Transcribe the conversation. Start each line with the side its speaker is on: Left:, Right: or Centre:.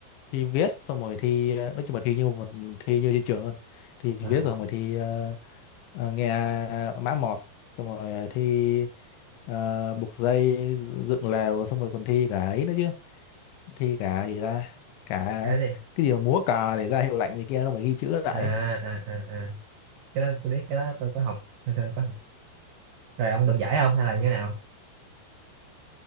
Left: thi viết xong rồi thi ờ, nói chung là thi như một thi như trên trường luôn thi viết
Right: à
Left: rồi xong rồi thi ờ, ờ, nghe ờ, mã mọt xong rồi thi ờ, buộc dây dựng lều xong rồi còn thi cả ấy nữa chứ thi cả gì ra cả
Right: cái gì
Left: cái gì mà múa cờ để ra hiệu lệnh gì kia xong rồi ghi chữ lại
Right: à,
Left: ấy.
Right: à à à cái đó tôi biết cái đó tôi có học hồi xưa tôi có học rồi ông được giải không hay là như nào